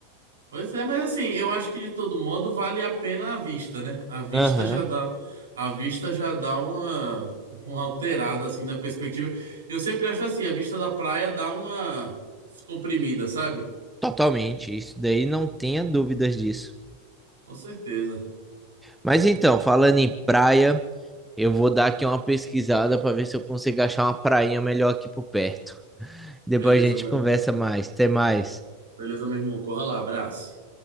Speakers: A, on the right (about 65°); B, in the centre.
A: Pois é, mas assim, eu acho que de todo modo vale a pena a vista, né? A vista
B: Aham,
A: já dá, a vista já dá uma, uma alterada assim na perspectiva. Eu sempre acho assim, a vista da praia dá uma descomprimida, sabe?
B: totalmente. Isso daí não tenha dúvidas disso.
A: Com certeza.
B: Mas então, falando em praia. Eu vou dar aqui uma pesquisada para ver se eu consigo achar uma prainha melhor aqui por perto. Depois
A: Beleza,
B: a gente
A: meu
B: conversa
A: irmão.
B: mais. Até mais.
A: Beleza, meu irmão. Corra lá, abraço.